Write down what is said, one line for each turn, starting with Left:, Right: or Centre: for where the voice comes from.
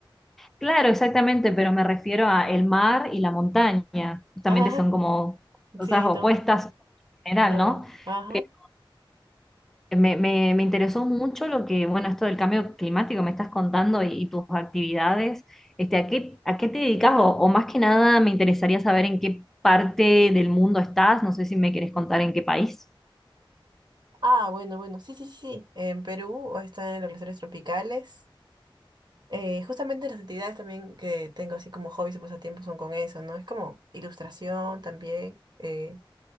Centre: Claro, exactamente, pero me refiero a el mar y la montaña.
Right: <laughs>
Centre: Justamente
Right: Ajá,
Centre: son como cosas
Right: sí,
Centre: opuestas
Right: no,
Centre: en general,
Right: no,
Centre: ¿no?
Right: ajá.
Centre: Pero Me, me- me interesó mucho lo que, bueno, esto del cambio climático me estás contando y, y tus actividades. Este, ¿a qué, a qué te dedicas? O, o más que nada me interesaría saber en qué parte del mundo estás. No sé si me querés contar en qué país.
Right: Ah, bueno, bueno, sí, sí, sí. sí, En Perú están en los glaciares tropicales. Eh, justamente las actividades también que tengo así como hobbies y pasatiempos son con eso, ¿no? Es como ilustración también, eh,